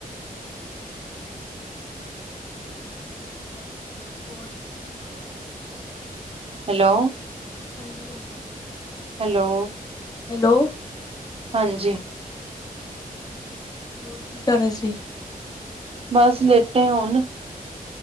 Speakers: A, on the left (about 25°); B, on the right (about 40°).
A: ਅੱਛਾ- ਅੱਛਾ, ਹੋਰ?
B: ਹੈਲੋ!
A: ਹਾਂਜੀ- ਹਾਂਜੀ।
B: ਹੈਲੋ!
A: ਹੈਲੋ!
B: ਹਾਂਜੀ।
A: ਹੋਰ, ਕੀ ਕਰ ਰਹੇ ਸੀ?
B: ਬਸ ਲੇਟੇ, ਹੋਣ